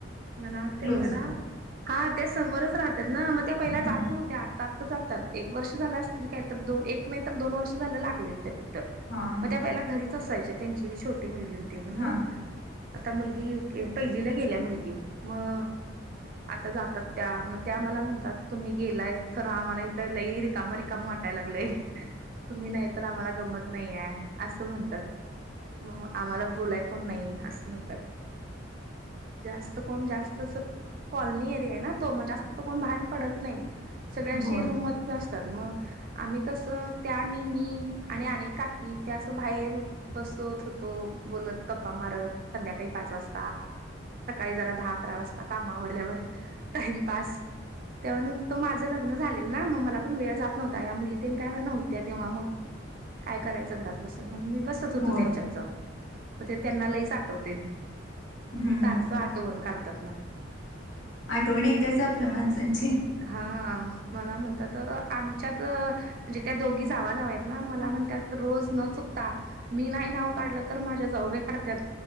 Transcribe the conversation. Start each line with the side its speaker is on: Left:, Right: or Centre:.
Right: म्हणाल त्या
Left: क्लोज
Right: मला
Left: होता.
Right: हा त्या समोरच राहतात ना, मग त्या पहिल्या
Left: हां.
Right: जात नव्हत्या आत्ता आात तर जातात. एक वर्ष झालं असतील, का तर एक नाही तर दोन वर्ष झालं लागले, त्या तिथं
Left: हां, हां.
Right: मग त्या पहिल्या घरी असायच्या त्यांची बी छोटी मुलगी होती म्हणून.
Left: हां.
Right: आता मुलगी पहिलीला गेल्या मुलगी मग. आता जातात त्या मग त्या मला म्हणतात, तुम्ही गेलाय तर आम्हाला इथ लई रिकाम रिकाम. टा लाग तुम्ही नाही तर, आम्हाला गमत नाही असं म्हणतात. म आम्हाला बोलाय कोण नाही असं म्हणतात. जास्त कोण जास्त कॉलनी एरिया आहे, ना तो मग जास्त कोण बाहेर पडत नाही. सगळ्याशी
Left: होय.
Right: रूम मध्ये, मग आम्ही कसं त्या नहमी आणि काकी त्यास बाहेर. बसवत होतो, बोलत गप्पा मारत संध्याकाळी पाच वाजता. सकाळी जरा दहा अकरा वाजता कामावरल्यावर टाइम. तेव्हा त माझं लग्न झालेल ना मग मला. पण वेळ जात नव्हता, या मुली काय नव्हत्या तेव्हा मग काय करायचं घरात बसून म्हणून मी बस. होत
Left: होय.
Right: त्यांच्या, मग त्यांना लईच आठवते
Left: हं.
Right: सारखं आठवून काढता.
Left: आठवण येतेच आपल्या माणसांची.
Right: हा मला म्हणतात. तर आमच्यात म्हणजे त्या दोघी जावा जाव्या आहेत, ना मला म्हण त्यात रोज न चुकता. मी नाही नाव काढलं तर माझ्या जाऊबाई काढत,